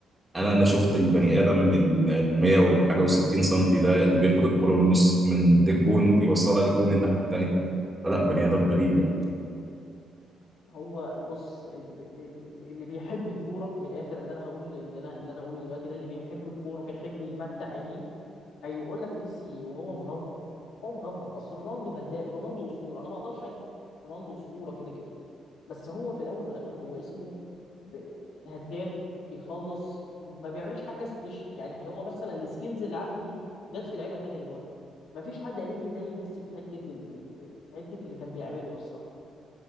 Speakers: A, on the right (about 15°); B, on the left (about 80°).
A: انا انا شفت البني ادم ال ال 100 وحاجه و60 سم ده اللي بياخد الكوره من نص من الجون يوصلها للجون الناحيه التانيه فلا بني ادم غريب يعني
B: هو بص ال- ال- ال- اللي بيحب الكوره من الاخر اللي انا هقول اللي انا اللي انا هقوله دلوقتي ده اللي بيحب الكوره بيحب يمتع عينيه هيقول لك ميسي وهو مغمض هو مغمض اصل رونالدو هداف رونالدو اسطوره انا ما اقدرش انكر رونالدو اسطوره كده كده بس هو في الاول وفي الاخر هو اسمه ب- هداف بيخلص ما بيعملش حاجه سبيشال يعني هو مثلا السكيلز اللي عنده دي جت في لعيبه تانية دلوقتي ما فيش حد هيجي زي ميسي في حته ال... ال- في حته اللي كان بيعمله ده الصراحه